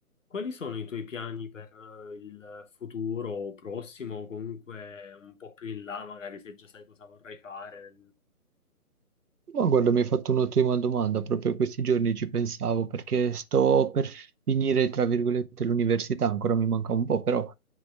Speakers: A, on the left; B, on the right.
A: Quali sono i tuoi piani per eh, il futuro prossimo o comunque un po' più in là, magari se già sai cosa vorrai fare?
B: Ma guarda, mi hai fatto un'ottima domanda, proprio questi giorni ci pensavo perché sto per finire, tra virgolette, l'università, ancora mi manca un po', però